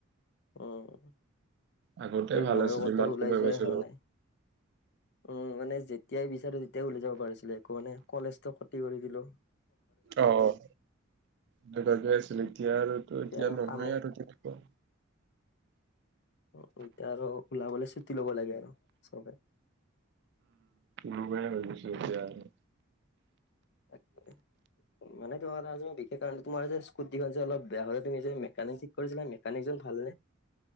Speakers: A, on the left (about 55°); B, on the right (about 60°).
A: অ',
B: আগতে
A: এই
B: ভাল
A: মইও
B: আছিল
A: কতো
B: ইমান
A: ওলাই
B: সময়
A: যোৱাই
B: পাইছিলো
A: হোৱা নাই। উম, মানে যেতিয়াই বিচাৰোঁ তেতিয়াই উলাই যাব পাৰিছিলো একো মানে কলেজটো ক্ষতি কৰি দিলোঁ।
B: অ', অ', <unintelligible> আছিল এতিয়া আৰু টো এতিয়া
A: আৰু
B: নহয়ে
A: কামো
B: আৰু তেনেকুৱা।
A: অ', এতিয়া আৰু ওলাবলে চুতি ল'ব লাগে আৰু চবে।
B: নোলোৱাই হৈ গৈছে এতিয়া আৰু।
A: তাকে। মানে তোমাৰ আজি মই বি কেই টাৱাৰ তোমাৰ যে ইস্কুটিখন যে অলপ বেয়া হওঁতে তুমি যে মেকানিক মেকানিক জন ভাল নে?